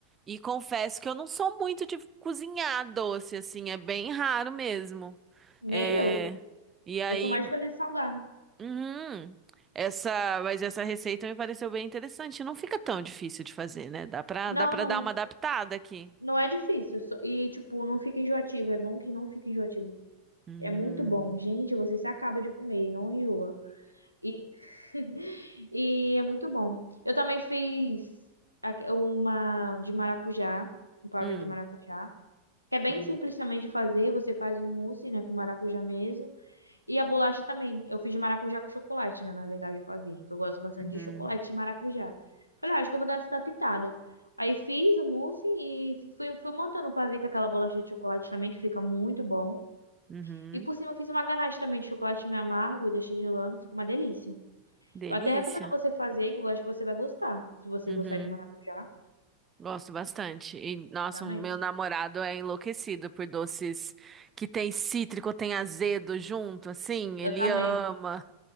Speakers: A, on the right; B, on the left.
A: E confesso que eu não sou muito de cozinhar doce, assim, é bem raro mesmo.
B: Nem
A: É...
B: eu.
A: E aí,
B: Eu sou mais de fazer salgado.
A: uhum, essa, mas essa receita me pareceu bem interessante. Não fica tão difícil de fazer, né? Dá pra,
B: Não,
A: dá pra
B: não.
A: dar uma adaptada aqui.
B: Não é difícil. só- E, tipo, não fica enjoativo. É bom que não fica enjoativo.
A: Uhum.
B: É muito bom. Gente, você se acaba de comer, não enjoa. E, <laughs> e é muito bom. Eu também fiz aque- uma de maracujá, um pavê
A: Hum.
B: de maracujá. Que é bem
A: Uhum.
B: simples também de fazer. Você faz um mousse, né, com maracujá mesmo. E a bolacha também. Eu fiz de maracujá com chocolate, né? Na verdade, o pavê. Que eu gosto bastante
A: Uhum.
B: de chocolate e maracujá. Falei, ah, acho que eu vou dar essa pitada. Aí fiz o mousse e fui, fui montando o pavê com aquela bolacha de chocolate também, que fica muito bom.
A: Uhum.
B: E por cima eu fiz uma ganache também de chocolate meio amargo e deixei gelando. Ficou uma delícia.
A: Delícia.
B: Eu até recomendo você fazer, que eu acho que você vai gostar. Se você
A: Uhum.
B: gostar de maracujá,
A: Gosto bastante. E, nossa,
B: também.
A: o meu namorado é enlouquecido por doces que tem cítrico, tem azedo junto, assim. Ele
B: Eu também.
A: ama.